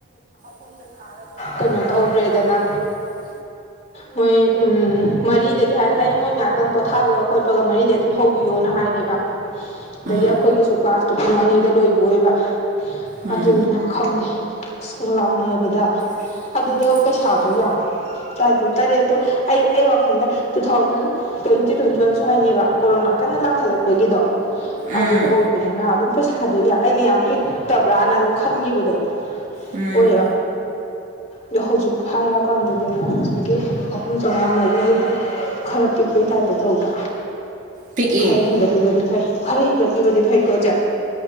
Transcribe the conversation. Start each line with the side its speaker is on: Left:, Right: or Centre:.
Right: ꯃꯨꯡꯗ ꯊꯥꯔꯕꯅꯤꯅ
Left: ꯀꯩꯅꯣ ꯇꯧꯗ꯭ꯔꯦꯗꯅ
Right: ꯀꯩꯅꯣ ꯇꯧꯗ꯭ꯔꯦꯗꯅ
Left: ꯃꯣꯏ ꯃꯔꯤꯗꯒꯤ ꯍꯥꯏ ꯇꯥꯔꯗꯤ ꯃꯣꯏ ꯉꯥꯏꯍꯥꯛꯇꯪ ꯄꯣꯊꯥꯕꯒ ꯈꯣꯠꯄꯒ ꯃꯔꯤꯗ ꯑꯗꯨꯝ ꯍꯧ ꯇꯤꯌꯣꯅ ꯍꯥꯏꯔꯦꯕ ꯑꯗꯒꯤ
Right: ꯎꯝ
Left: ꯑꯩꯈꯣꯏꯒꯤꯁꯨ ꯀ꯭ꯂꯥꯁꯇꯣ ꯄꯨꯡ ꯑꯅꯤꯗ ꯂꯣꯏꯕ ꯑꯣꯏꯕ
Right: ꯎꯝ
Left: ꯑꯗꯨꯅ ꯈꯪꯗꯦ ꯁ꯭ꯀꯨꯜ ꯂꯥꯎꯅꯕꯗ
Right: ꯗ
Left: ꯑꯗꯨꯗ ꯄꯩꯁꯥꯗꯣ
Right: ꯑꯗꯨꯗ
Left: ꯌꯥꯝ ꯇ ꯇꯥꯔꯦꯠꯇꯣ ꯑꯩ ꯑꯩ ꯋꯥꯈꯟꯗ ꯇꯨ ꯊꯥꯎꯖꯟ ꯇ꯭ꯋꯦꯟꯇꯤ ꯇ꯭ꯋꯦꯟꯇꯤ ꯋꯥꯟꯁꯨ ꯍꯥꯏꯅꯦꯕ ꯀꯣꯔꯣꯅꯥ ꯀꯟꯅ ꯂꯥꯛꯈꯠꯂꯛꯄꯒꯤꯗꯣ ꯑꯗꯨꯗ
Right: ꯎꯝ
Left: ꯑꯣꯏꯕꯅꯤꯅ ꯑꯗꯨꯝ ꯄꯩꯁꯥꯗꯣ ꯑꯩꯅ ꯌꯥꯝ ꯄꯤꯛꯇꯕ꯭ꯔꯥꯅ ꯑꯗꯨꯝ ꯈꯟꯈꯤꯕꯗꯣ
Right: ꯎꯝ
Left: ꯑꯣꯏ ꯑꯗꯣ ꯍꯧꯖꯤꯛ ꯍꯥꯏꯔꯛꯑꯀꯥꯟꯗꯗꯤ ꯑꯃꯨꯛ ꯍꯧꯖꯤꯛꯀꯤ ꯑꯍꯨꯝ ꯆꯥꯝꯃꯉꯥ ꯃꯔꯤꯒꯗꯤ ꯈꯔ ꯄꯤꯛꯄꯒꯤꯇꯥꯏꯞꯇ ꯇꯧꯕ꯭ꯔꯥ
Right: ꯄꯤꯛꯏ
Left: ꯈꯔ ꯍꯦꯟꯒꯠꯄꯤꯕꯗꯤ ꯐꯩ ꯈꯔ ꯍꯦꯟꯒꯠꯄꯤꯕꯗꯤ ꯐꯩꯀꯣꯠꯁꯦ